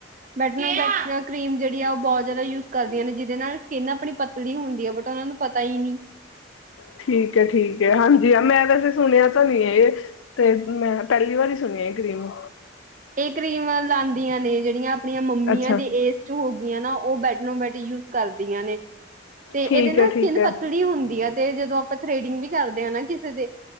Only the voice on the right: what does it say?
ਬੈਟ ਨੋ ਬੈ ਟ ਕਰੀਮ ਜੇੜੀ ਆ ਉਹ ਬੋਤ ਜ਼ਿਆਦਾ ਯੂਜ ਕਰਦੀਆਂ ਨੇ ਜਿਹਦੇ ਨਾਲ ਸਕਿੰਨ ਆਪਣੀ ਪਤਲੀ ਹੁੰਦੀ ਆ ਬਟ ਉਹ ਨੂੰ ਪਈਨੀ
ਇਹ ਕਰੀਮ ਲਾਦੀਆਂ ਨੇ ਜਿਹੜੀਆਂ ਆਪਣੀਆਂ ਮੰਮੀਆਂ
ਦੇ ਇਸ ਹੋ ਗੀਆਂ ਨਾ ਉਹ ਬੈਟਨੋ ਬੈਟ ਯੂਜ ਕਰਦੀਆਂ ਨੇ ਤੇ
ਇਹਦੇ ਨਾ
ਸਕਿਨ
ਪਤਲੀ ਹੁੰਦੀ ਆ ਤੇ ਜਦੋਂ ਆਪਾਂ ਥਰੈਡਿੰਗ ਵੀ ਕਰਦੇ ਹ ਨਾ ਕਿਸੇ ਦੇ